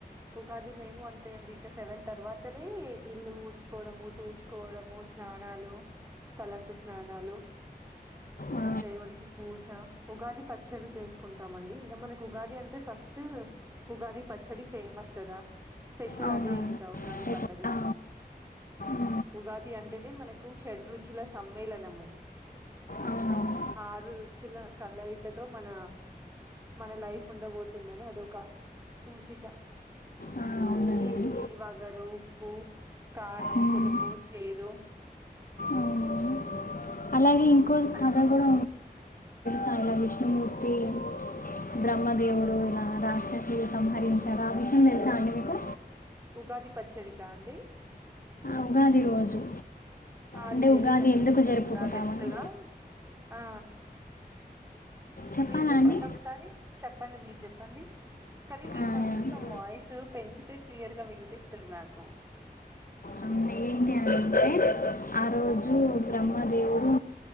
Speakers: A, on the right; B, on the left.
A: ఉగాది మేము అంతే అండి ఇంకా సెవెన్ తర్వాతనే ఇల్లు ఊడ్చుకోవడం తుకోవడము స్నానాలు తలంటూ స్నానాలు
B: ఆ,
A: దేవుడికి పూజ ఉగాది పచ్చడి చేసుకుంటామండి ఇంకా మనకి ఉగాది అంటే ఫస్ట్ ఉగాది పచ్చడి ఫేమస్ కదా స్పెషల్
B: అవునవును
A: అదే ఇంకా ఉగాది
B: రేపు-
A: పండగకి
B: ఆ, ఉమ్,
A: ఉగాది అంటేనే మనకు షడ్రుచుల సమ్మేళనము
B: అవునవును
A: ఆరు రుచుల కలయికతో మన మన లైఫ్ ఉండబోతుందని అదొక సూచిక
B: ఆ, అవునండి
A: తీపి, వగరు, ఉప్పు కారం,
B: ఉమ్,
A: పులుపు, చేదు
B: అవును అలాగే ఇంకో
A: అంటే
B: తథ కూడా తళ విషుమూర్తి బ్రహ్మదేవుడు ఇలా రాక్షసులు సంహరించారు ఆ విషయం తెలుసా అండి మీకు
A: ఉగాది పచ్చడికా అండి
B: ఉగాది రోజు
A: అది
B: అంటే
A: తెలీదండి
B: ఉగాది ఎందుకు
A: ఇంకంత
B: జరుపుకుంటామని
A: టడెప్త్గా ఆ
B: చెప్పాలా
A: మీరు చెప్పండి
B: అండి
A: ఒకసారి చెప్పండి మీరు చెప్పండి కానీ మీరు
B: ఆ,
A: కొంచెం వాయిస్ పెంచితే క్లియర్గా వినిపిస్తది నాకు అ
B: అవును, ఏంటి అంటే ఆ రోజు బ్రహ్మదేవుడు